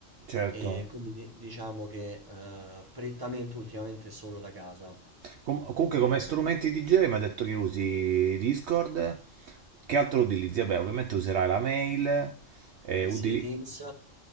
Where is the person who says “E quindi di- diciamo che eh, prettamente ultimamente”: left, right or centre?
Right